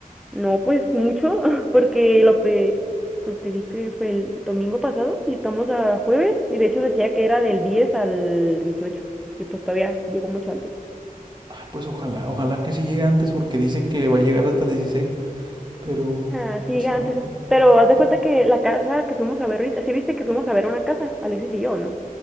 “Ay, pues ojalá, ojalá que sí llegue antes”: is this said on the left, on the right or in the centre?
Right